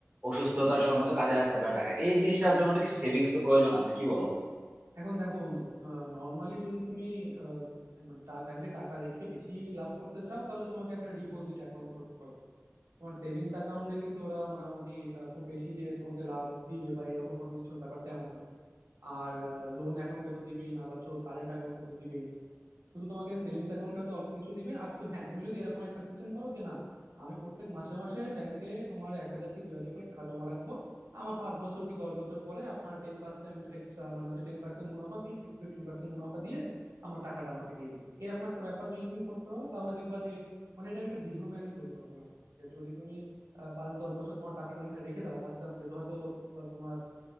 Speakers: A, on the right; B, on the right.
A: অসুস্থতার সময় তো কাজে লাগতে পারে টাকা এই জিনিসটার জন্য তো কিছু সেভিংস তো প্রয়োজন আছে কি বলো
B: এখন দেখো বন্ধু নর্মালি যদি তুমি আহ, মানে ব্যাংকে টাকা রেখে বেশি লাভ করতে চাও তাহলে তোমাকে একটা ডিপোজিট অ্যাকাউন্ট করতে হবে তোমার সেভিংস অ্যাকাউন্টে কিন্তু ওরা মোটামুটি আহ, খুব বেশি যে তোমাকে লাভ দিবে বা এরকম কোনো কিছুর ব্যাপারটা এমন না আর লোন অ্যাকাউন্টে তো দিবেই না বা কারেন্ট অ্যাকাউন্টে তো দিবেই না শুধু তোমাকে সেভিংস অ্যাকাউন্টে হয়তো অল্প কিছু দিবে আর তো হ্যাঁ তুমি যদি এরকম একটা সিস্টেম করো যে না আমি প্রত্যেক মাসে মাসে ব্যাংকে তোমার এক হাজার কি দুই হাজার করে টাকা জমা রাখবো আমার পাঁচ বছর কি দশ বছর পরে আপনার টেন পার্সেন্ট এক্সট্রা মানে হচ্ছে টেন পার্সেন্ট মুনাফা কি ফিফটিন পার্সেন্ট মুনাফা দিয়ে আমার টাকাটা আমাকে দিয়ে দিবেন এরকম একটা ব্যাপার যদি তুমি করতে পারো তাহলে দেখবা যে মানে এটা একটা দীর্ঘমেয়াদী পরিকল্পনা আর কি যে যদি তুমি আহ, পাঁচ দশ বছর তোমার টাকাটা ওইখানে রেখে দাও আস্তে আস্তে তো হয়তো আহ, তোমার